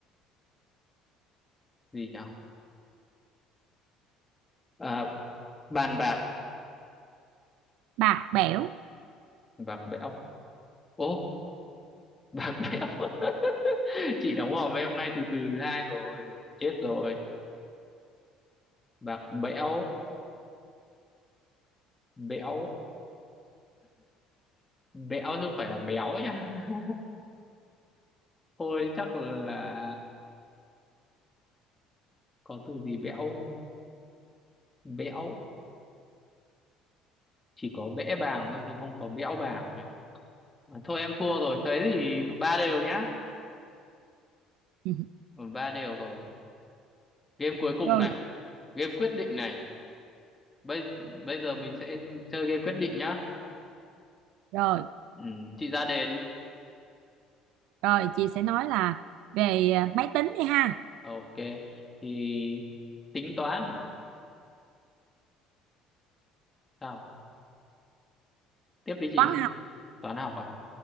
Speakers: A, on the left; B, on the right.
A: gì nhỉ à, bàn bạc
B: bạc bẽo
A: bạc bẽo ô bạc bẽo <laughs> chị đóng hòm em nay từ từ thứ hai rồi chết rồi bạc bẽo bẽo bẽo chứ không phải là béo nha <laughs> thôi chắc là có từ gì bẽo không? bẽo chỉ có bẽ bàng thôi chứ không có bẽo bàng nhỉ À, thôi em thua rồi thế thì ba đều nhá
B: <laughs>
A: Ừ, ba đều rồi game cuối cùng
B: Ừ. rồi
A: này game quyết định này bây bây giờ mình sẽ chơi game quyết định nhá
B: rồi
A: ừ, chị ra đề đi
B: rồi chị sẽ nói là về à, máy tính đi ha
A: ok thì tính toán sao tiếp đi chị
B: toán học
A: toán học à,